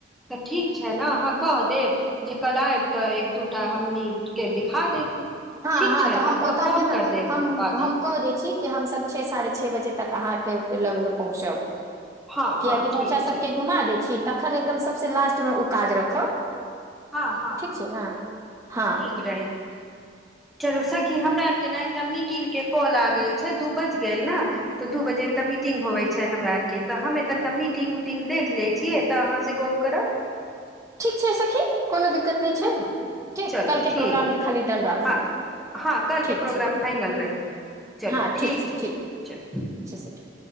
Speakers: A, in the centre; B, on the right (about 20°).
A: तऽ ठीक छै ने अहाँ कह देब जे कल आयब तऽ एक दूटा हमनीके दिखा देत
B: हँ
A: ठीक
B: हँ
A: छै
B: तऽ हम
A: अहाँ
B: ओत
A: फोन
B: के ने
A: कर देब
B: हम
A: बौआ
B: हम
A: के
B: कऽ दै छी कि हमसब छे साढ़े छे बजे तक अहाँके लग में पहुँचब
A: हँ
B: कियाकि
A: हँ ठीक
B: बच्चा सबके
A: छै
B: घुमा दै छी तखन एकदम सबसे लास्ट में ऊ काज रखब
A: हँ हँ
B: ठीक छै ने हँ
A: नीक रहैत चलू सखी हमरा आरके ने एकटा मीटिंगके कॉल आ गेल छै दू बाजि गेल ने तऽ दू बजे एकटा मीटिंग होबइ छै हमरा आरके तऽ हम तना मीटिंग उटिंग देख लै छियै तऽ अहाँसँ गप करब
B: ठीक छै सखी कोनो दिक्कत नहि छै
A: है ने
B: ठीक
A: चलू
B: कलके
A: ठीक
B: प्रोग्राम के खाली डन राखू
A: हँ हँ कल के
B: ठीक
A: प्रोग्राम
B: छै
A: फाइनल रही चलू
B: हँ ठीक छै ठीक
A: सखी
B: ठीक
A: चलू
B: छै सख